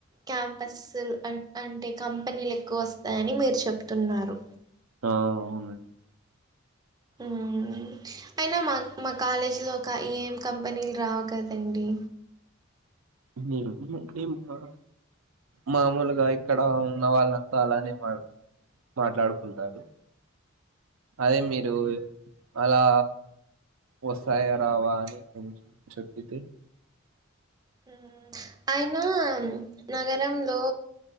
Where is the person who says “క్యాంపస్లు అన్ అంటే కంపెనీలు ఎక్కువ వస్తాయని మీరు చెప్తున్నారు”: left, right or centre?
Right